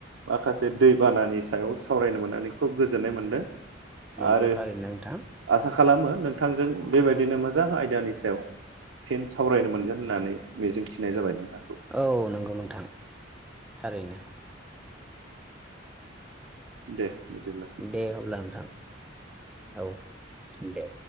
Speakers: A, on the right; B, in the centre.
A: माखासे दैबानानि सायाव सावरायनो मोननानै खुब गोजोननाय मोनदों।
B: नंगौथारैनो
A: आरो
B: नोंथां।
A: आसा खालामो नोंथांजों बेबायदिनो मोजां आयदानि सायाव फिन सावरायनो मोनगोन होननानै मिजिंथिनाय जाबाय नोंथांखौ।
B: औ नंगौ नोंथां थारैनो
A: दे। बिदिब्ला
B: दे अब्ला नोंथां औ दे।